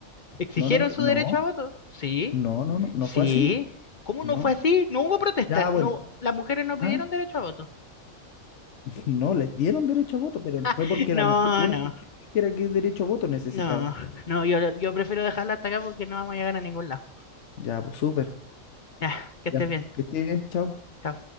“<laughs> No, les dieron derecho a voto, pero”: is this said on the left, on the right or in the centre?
Left